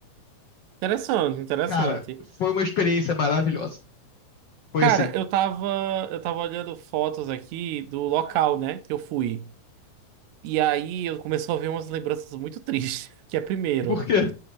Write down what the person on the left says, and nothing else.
Cara, foi uma experiência maravilhosa. Foi
assim.
Por quê?